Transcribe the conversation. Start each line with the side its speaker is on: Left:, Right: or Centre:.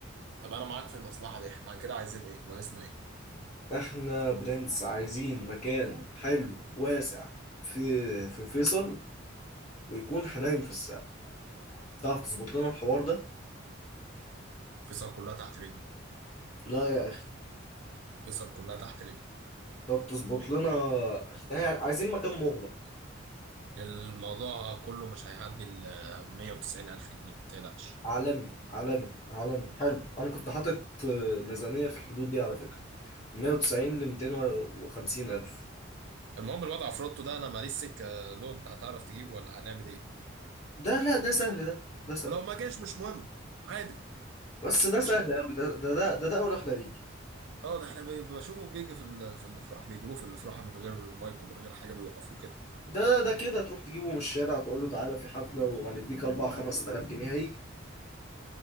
Right: طب انا معاك في المصلحه دي احنا كده عايزين ايه ناقصنا ايه
Left: له احنا برنس عايزين مكان حلو واسع في في فيصل ويكون حنايم في الساعة تعرف تظبط لنا الحوار ده
Right: فيصل كلها تحت رجلي
Left: لا يا اخي
Right: فيصل كلها تحت رجلي
Left: طب تظبط لنا احنا عايزين مكان مغلق
Right: الموضوع كله مش هيعدي ال 190 ألف جنيه ما تقلقش
Left: عالمي عالمي عالمي حلو انا كنت حاطط آه، ميزانية في الحدود دي على فكرة 190 ل 250 الف
Right: المهم الوضع في روتو ده انا ماليش سكه لو انت هتعرف تجيبه ولا هنعمل ايه
Left: ده لا ده سهل ده ده سهل
Right: ولو ما جاش مش مهم عادي
Left: بس ده
Right: مش
Left: سهل
Right: هي-
Left: قوي ده ده ده ده, ده اول واحد هيجي
Right: اه ده احنا بي- بشوفه بيجي في ال- في الافراح بيجيبوه في الافراح من غير مايك ومن غير حاجه بيوقفوه كده
Left: ده ده كده تروح تجيبه من الشارع تقول له تعالى في حفلة وهنديك 4 5000 جنيه هيجي